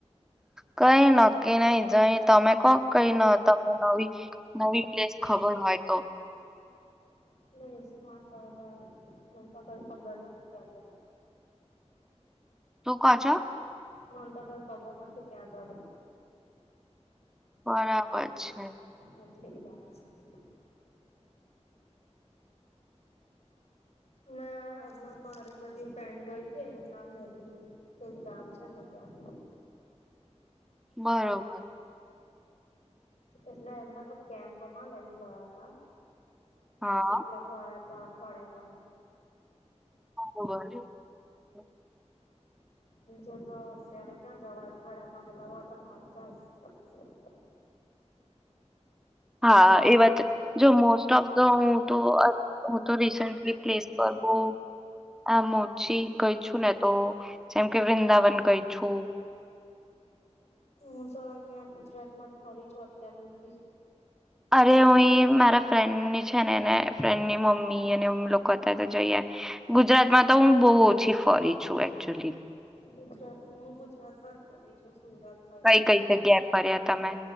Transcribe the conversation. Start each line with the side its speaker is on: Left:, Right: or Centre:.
Centre: કઈ નક્કી નહી જઈ તમે કોક કઈ ન તમને નવી નવી પ્લેસ ખબર હોય તો?
Left: પ્લેસ માં તો હ મન તો કઈ ખબર નહીં ક્યાં જવાય.
Centre: તું કા છો?
Left: મન તો કઈ ખબર નથી ક્યાં જઉ.
Centre: બરાબર છે.
Left: <unintelligible> મે હમણાં મારી બધી ફ્રેન્ડ ગઈ તી અહિયા મોગરી કઈ ગામ છે ને ત્યાં.
Centre: બરોબર.
Left: એટલે એમને તો કેમ્પમાં લઈ ગયા તા.
Centre: હા
Left: એટલે તો એતો અઠવાડિયા માંટે.
Centre: <unintelligible>
Left: બીજે તો અત્યારે ક્યાં જવાય, ઉનાળામાં બધા વોટર પાર્ક જાય.
Centre: હા એ વાત જો મોસ્ટ ઓફ ધ હું તો અ હું તો રિસન્ટલી પ્લેસ પર બો એમ ઓછી ગઈ છું ને તો, જેમ કે વૃંદાવન ગઈ છું.
Left: હું તો અહિયાં ગુજરાત માં જ ફરી છું અત્યાર હુધી.
Centre: અરે હું એ મારા ફ્રેન્ડની છે ને એને ફ્રેન્ડની મમ્મી અને લોકો હતા તો જઈ, ગુજરાતમાં તો હું બહુ ઓછી ફરી છું એકચુલી.
Left: ગુજરાત હું ગુજરાતમાં જ ફરી છું. સુરત, વલચુડ,
Centre: કઈ કઈ જગ્યાએ ફર્યા તમે